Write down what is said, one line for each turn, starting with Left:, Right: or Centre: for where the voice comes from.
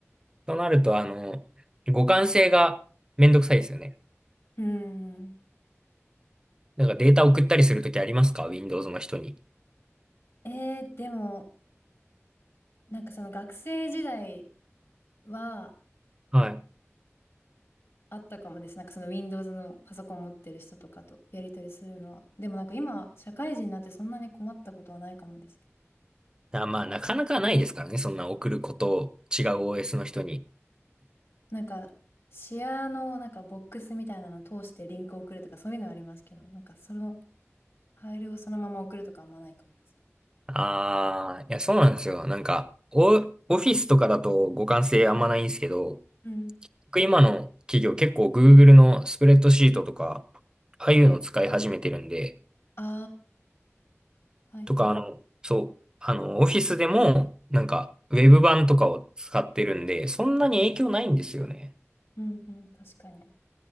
Right: となるとあの、互換性がめんどくさいですよね。
Left: うん。
Right: なんかデータ送ったりするときありますか ?Windows の人に。
Left: えー、でも、なんかその学生時代は
Right: はい。
Left: あったかもです。なんかその Windows のパソコン持ってる人とかとやり取りするのは。でもなんか今、社会人になってそんなに困ったことはないかもです。
Right: だからまあなかなかないですからね。そんな送ることを違う OS の人に。
Left: なんか、シェアのなんかボックスみたいなのを通してリンクを送るとかそういうのはありますけど、なんかそのファイルをそのまま送るとかあんまないかもです。
Right: ああ、いや、そうなんですよ。なんか、オ、オフィスとかだと互換性あんまないんですけど、
Left: うん。
Right: 僕今の企業結構 Google のスプレッドシートとか、ああいうのを使い始めてるんで、
Left: ああ、はいはい。
Right: とか、あの、そう、あの、オフィスでも、なんか、ウェブ版とかを使ってるんで、そんなに影響ないんですよね。
Left: うんうん、確かに。